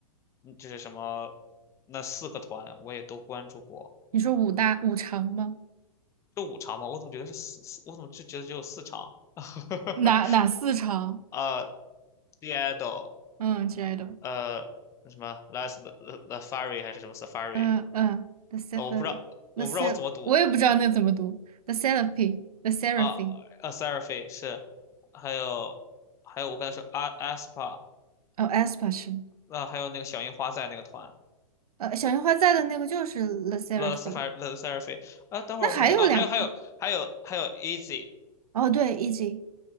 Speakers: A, on the left; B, on the right.
A: 嗯就是什么那四个团我也都关注过，
B: 你说五大五常吗？
A: 就五场嘛，我怎么觉得是四四，我怎么就觉得只有四场？<laughs>
B: 哪哪四常？
A: 呃 d i d o
B: 嗯之类的。
A: 呃，什么 Las t the h t Safari 还是什么 Safari？
B: 嗯嗯，The s
A: 呃，
B: e v
A: 我不知道，
B: e n The
A: 我不知道我怎么读
B: Se，我也不知道那怎么读，The Serapy The Seraphy，
A: 啊呃 s a r f i 是，还有还有我刚才说 A Aspa，
B: 哦 a s p a 是，
A: 那呃还有那个小樱花在那个团
B: 呃，小樱花在的那个就是 The Seraphy，
A: t h e Safari t h e s a r f i 啊，等会儿我想想啊，
B: 那还有两，
A: 还有还有还有还有 Easy
B: 哦对，E.G，